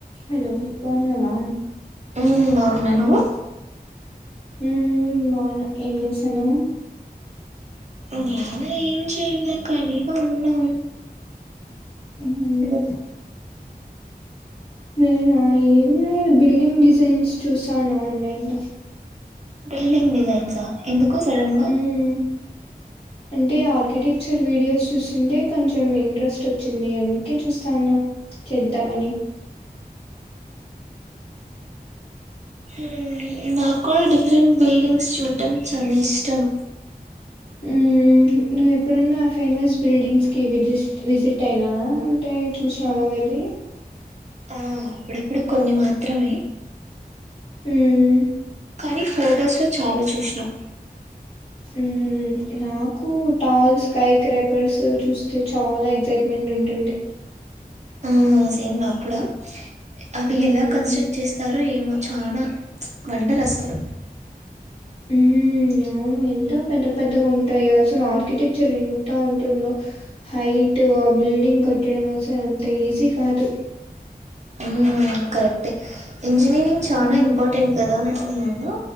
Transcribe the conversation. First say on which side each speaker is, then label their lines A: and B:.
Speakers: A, on the left; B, on the right.
A: Hello బాగున్నావా
B: హ్మ్ బాగున్నా నువ్వు
A: ఉమ్ బాగున్నా ఏం చేస్తున్నావ్
B: నేను ఏం చేయాలా ఖాళీగా ఉన్నా
A: ఉమ్
B: హలో
A: నేనా ఏం లేదు బిల్డింగ్ డిజైన్స్ చూసాను ఆన్లైన్ లో
B: బిల్డింగ్ డిజైన్స్ ఆ ఎందుకు సడన్ గా
A: హ్మ్ అంటే ఆర్కిటెక్చర్ వీడియోస్ చూసింటే కొంచెం ఇంట్రెస్ట్ వచ్చింది అందుకే చూస్తాన. చేద్దామని
B: హ్మ్ నాకు డిఫరెంట్ బిల్డింగ్స్ చూడటడం చానా ఇష్టం
A: హ్మ్ నువ్వు ఎప్పుడున్న ఫేమస్ బిల్డింగ్స్కి విజిస్ విజిట్ అయినావా అంటే చూసినావా వెళ్ళి
B: ఆ అప్పుడప్పుడు కొన్ని మాత్రమే
A: హ్మ్
B: కానీ ఫొటోస్ లో చాలా చూసినాం
A: హ్మ్ నాకు టాల్ స్కై క్రేపర్స్ చూస్తే చాలా ఎక్సైట్మెంట్ ఉంటుంది.
B: ఆ సేమ్ నాక్ కూడా అవి
A: ఉమ్
B: ఎలా కన్స్ట్రక్ట్ చేస్తారో ఏమో చానా ప్చ్ వండరు అసలు
A: హ్మ్ అవును మే ఎంత పెద్ద పెద్దగా ఉంటాయో అసలు ఆర్కిటెక్చర్ ఎంత ఉంటుందో హైట్ ఆ బిల్డింగ్ కట్టడం అసలు అంత ఈజీ కాదు
B: హ్మ్ కరెక్ట్ ఇంజనీరింగ్ చానా
A: హ్మ్
B: ఇంపార్టెంట్ కదా అమ్మమ్మో